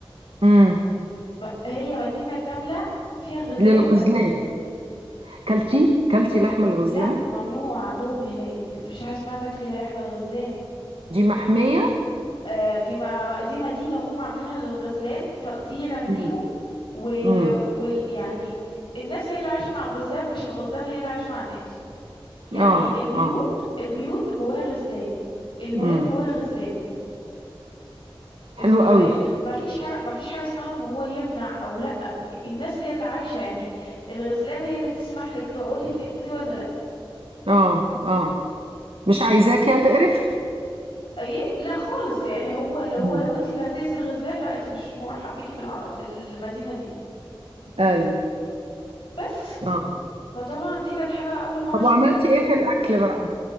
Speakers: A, on the right; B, on the left.
A: امم
B: م- هي مدينة كاملة فيها غزلان
A: للغزلان
B: بس
A: كلتي كلتي لحم الغزلان
B: لا ممنوع عندهم هناك مفيش حاجة اسمها تاكل لحم الغزلان
A: دي محمية
B: آه دي ما دي مدينة هم عاملينها للغزلان تقديرا ليهم
A: امم
B: و...
A: امم
B: وال... يعني الناس هي اللي عايشة مع الغزلان مش الغزلان هي اللي عايشة مع الناس يعني
A: اه
B: البيوت
A: اه
B: البيوت جواها غزلان المولات
A: امم
B: جواها غزلان انت
A: حلو
B: متخيل
A: قوي
B: ما فيش حاجه ما فيش حاجه اسمها ان هو يمنع او لا الناس هي اللي عايشه يعني الغزلانه هي اللي تسمح لك تقعدي في الحته دي ولا لا
A: اه اه مش عايزاك يا تقرفك
B: ايه لا خالص يعني هو اللي هو
A: امم
B: لو انت اللي هتاذي الغزلان لا انت مش مرحب بيكي في الع... في المدينه دي
A: اي
B: بس
A: اه
B: فطبعا دي كانت حاجه اول مره
A: طب
B: اشوفها
A: وعملتي ايه في الاكل بقى